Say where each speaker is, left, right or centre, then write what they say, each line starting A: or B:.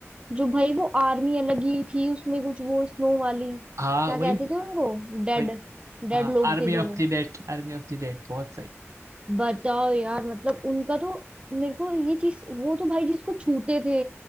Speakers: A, on the right; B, on the right.
A: जो भाई वो आर्मी अलग ही थी उसमें कुछ वो स्नो वाली
B: हाँ
A: क्या
B: वही
A: कहते थे उनको डेड
B: वही हाँ
A: डेड लोग
B: Army
A: थे जो
B: of
A: वो
B: the Dead Army of the Dead बहुत सही
A: बताओ यार मतलब उनका तो मेरे को ये चीज वो तो भाई जिसको छूते थे